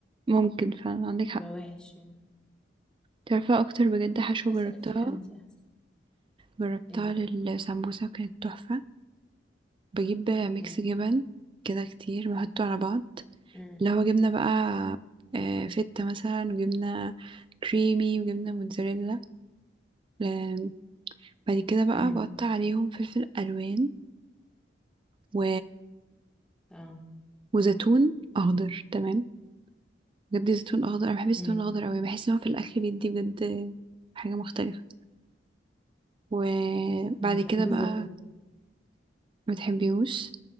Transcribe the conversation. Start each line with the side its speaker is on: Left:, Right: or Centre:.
Right: ممكن فعلا عندك حق
Centre: يبقى وحش يعني
Right: تعرفي أكتر بجد حشوة
Centre: حاسه
Right: جربتها
Centre: اللي فيها انت احسن
Right: جربتها
Centre: ايه
Right: للسمبوسة كانت تحفة بجيب ميكس
Centre: ايه
Right: جبن كده كتير بحطه على بعض
Centre: امم
Right: لو جبنا بقى آه، فتة مثلا وجبنا كريمي وجبنا موتزاريلا آم، بعد كده بقى
Centre: امم
Right: بقطع عليهم فلفل ألوان و...
Centre: اه
Right: وزيتون أخضر تمام بجد زيتون أخضر أنا بحب الزيتون
Centre: امم
Right: الأخضر أوي بحس إن هو في الأكل بيدي بجد حاجة مختلفة وبعد
Centre: انا مش بحب
Right: كده بقى
Centre: الزيتون
Right: متحبيهوش